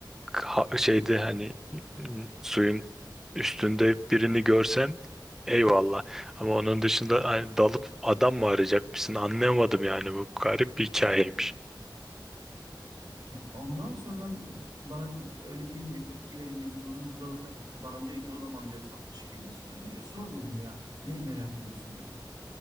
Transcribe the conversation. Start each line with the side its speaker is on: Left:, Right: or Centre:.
Centre: ha- şeyde hani m, suyun üstünde birini görsen eyvallah. Ama onun dışında hani dalıp adam mı arayacakmışsın anlayamadım yani bu garip bir hikayeymiş.
Right: <laughs> Ondan sonra bana öyle deyince tepki verince bunun zoruna gitti. Bana diyor ki o zaman diyor farklı şekilde sorayım diyor. Sor dedim ya. Neyi merak ediyorsun dedim.